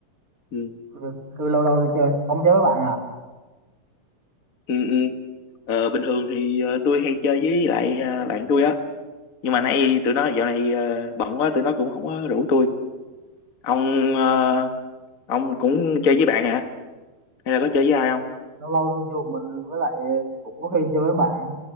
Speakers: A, on the left; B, on the right.
A: ừ
B: tôi, tôi lâu lâu tôi chơi. Ông chơi với bạn à?
A: ừ ừ Ờ, bình thường thì ờ, tôi hay chơi với lại ờ, bạn tôi á nhưng mà nay tụi nó dạo này ờ, bận quá tụi nó cũng không có rủ tôi ông ờ, ông cũng chơi với bạn hả hay là có chơi với ai không
B: Lâu lâu tôi chơi một mình với lại cũng có khi chơi với bạn.